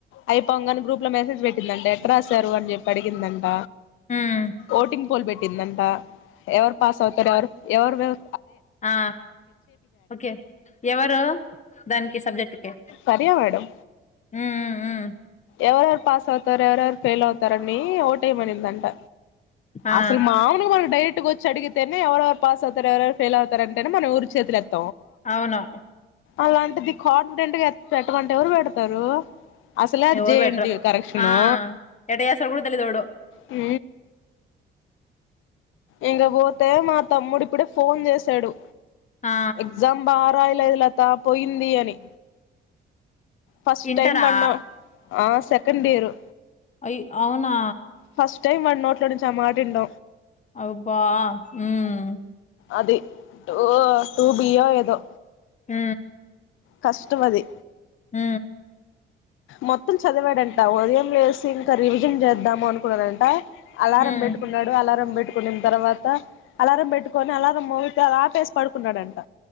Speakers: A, on the left; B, on the left.
A: అయిపోంగానే గ్రూప్ లో మెసేజ్ పెట్టిందంట ఎట్ రాశారు అని చెప్పి అడిగిందంట
B: ఉమ్
A: ఓటింగ్ పోల్ పెట్టిందంట ఎవరు పాస్ అవుతారు ఎవరు పె ఎవరు బెవ్
B: ఆ ఒకే ఎవరు దానికి సబ్జెక్ట్ కి
A: సరియ మేడం
B: ఉమ్ ఉమ్
A: ఎవరొ పాస్ అవుతార ఎవరెవరు ఫేల్ అవుతారని ఓట్ వేయమనిందంట
B: ఆ
A: అసలు మామూలుగా మన డైరెక్ట్ ఒ చ్చడిగితేనే ఎవరెవరు పాస్ అవుతారు ఎవరెవరు ఫెయిల్ అవతారంటేనే మనం ఎవరు చేతులు ఎత్
B: అవును
A: అలాంటిది కాన్ఫిడెట్గా ఎ పెట్టమంటే ఎవరు పెడతారు అసలే అది
B: ఎవరు
A: జేఎన్టీ
B: పెట్టరు
A: కరెక్షను
B: ఆ ఎట్ట చేస్తారో కూడా తెలిదు ఎవడో
A: ఊ ఇంక పోతే మా తమ్ముడు ఇప్పుడే ఫోన్ చేసాడు
B: ఆ
A: ఎగ్జామ్ బా రాయిలేదు లత పోయింది అని ఫస్ట్
B: ఇంటరా
A: టైం మన్నం ఆ సర్ కందేరు
B: అయి అవునా
A: ఫషు ఇ మ <unintelligible> నోట్లో అడి ఆ మాట అండ
B: అవు అబ్బా మ్మ్
A: అది ఓ టూ బియా ఏదో
B: ఆ
A: కష్టమది
B: ఆ
A: మొత్తం చదివాడంట ఉదయం లేసి ఇంకా రివిజన్ చేద్దాం అనుకున్నాడంట అలారం
B: ఉమ్
A: పెట్టుకున్నాడు అలారం పెట్ పెట్టుకున్న తర్వాత అలారం పెట్టుకొని అలారం మోగితే ఆపేసి పడుకున్నాడంట